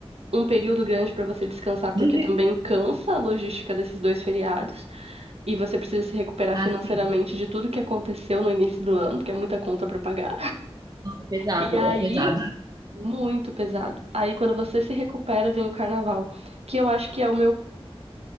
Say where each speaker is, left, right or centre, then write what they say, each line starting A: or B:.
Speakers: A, on the right; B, on the right.
A: um período grande para você descansar,
B: <laughs>
A: porque também cansa a logística desses dois feriados, e você precisa se recuperar
B: Ah,
A: financeiramente
B: sim,
A: de tudo que aconteceu no início do ano, porque é muita conta para pagar.
B: é Pesado,
A: E aí
B: é pesado.
A: Muito pesado. Aí quando você se recupera, vem o carnaval, que eu acho que é o meu,